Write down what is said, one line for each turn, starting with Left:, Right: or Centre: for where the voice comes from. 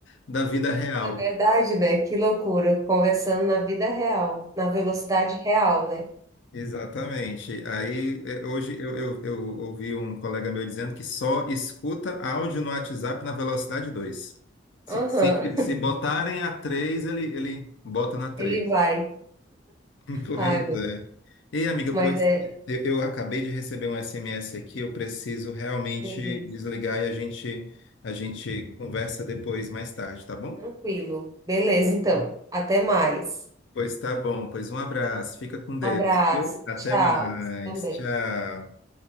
Left: da vida real.
Right: É verdade, né? Que loucura. Conversando na vida real, na velocidade real, né?
Left: Exatamente. Aí, eh, hoje eu, eu, eu ouvi um colega meu dizendo que só escuta áudio no WhatsApp na velocidade 2. Se,
Right: Aham,
Left: se, se botarem a 3, ele, ele bota
Right: <laughs>
Left: na 3.
Right: ele vai.
Left: <laughs> Pois
Right: Ai, meu
Left: é.
Right: Deus.
Left: Ei, amiga,
Right: Mas
Left: pois
Right: é,
Left: eu, eu acabei de receber um SMS aqui, eu preciso realmente
Right: beleza.
Left: desligar e a gente, a gente conversa depois, mais tarde, tá bom?
Right: Tranquilo. Beleza, então. Até mais.
Left: Pois tá bom, pois um abraço, fica com Deus,
Right: Abraço.
Left: viu? Até
Right: Tchau.
Left: mais,
Right: Também.
Left: tchau.